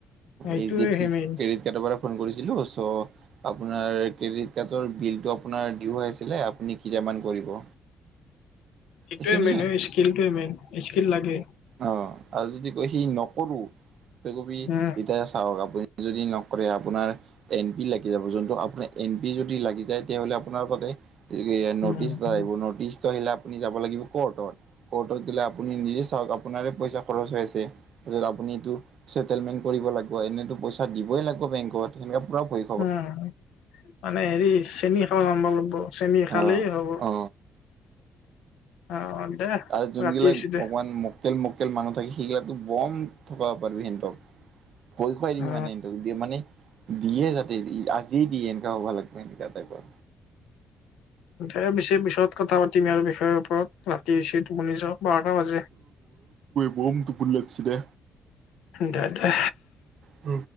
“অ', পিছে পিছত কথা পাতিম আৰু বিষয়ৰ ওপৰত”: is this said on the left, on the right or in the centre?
Left